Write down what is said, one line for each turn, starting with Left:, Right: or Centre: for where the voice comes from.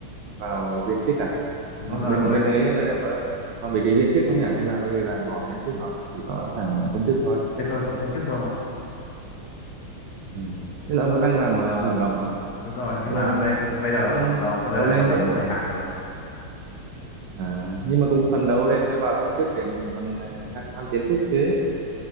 Right: vào viên chức à?
Left: ừ,
Right: Ờ,
Left: đúng rồi
Right: bên
Left: tôi
Right: bên đấy bên- bên- còn vị trí viên chức không nhỉ? Hay là bây giờ là bỏ viên chức rồi, chỉ có thằng công chức thôi.
Left: bên tôi có công chức thôi không ạ
Right: Ừ. Thế là ông vẫn đang làm ờ, hợp đồng không?
Left: đúng rồi
Right: Ừ,
Left: nhưng mà bây, bây giờ
Right: cũng
Left: hợp đồng
Right: phấn
Left: có đời
Right: đấu lên
Left: hợp đồng
Right: chứ.
Left: vô thời hạn rồi
Right: À, nhưng mà cũng phấn đấu lên vào công chức để mình còn ờ, thăng quan tiến chức chứ.